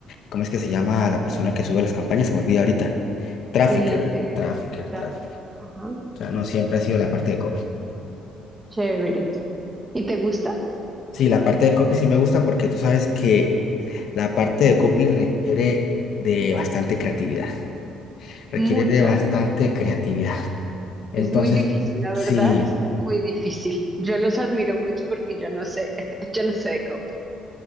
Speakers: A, on the left; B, on the right.
A: ¿cómo es que se llama la persona que sube las campañas? Se me olvida ahorita. Trafficker,
B: el, el,
A: trafficker,
B: el tráfico?
A: trafficker.
B: Ajá.
A: O sea, no, siempre ha sido la parte de copy.
B: Chévere. ¿Y te gusta?
A: Sí, la parte de copy sí me gusta porque tú sabes que la parte de copy requiere de bastante creatividad. Requiere
B: Mucha.
A: de bastante creatividad.
B: Es
A: Entonces,
B: muy difícil, la
A: sí,
B: verdad es que es muy difícil. Yo los admiro mucho porque yo no sé, <laughs> yo no sé de copy.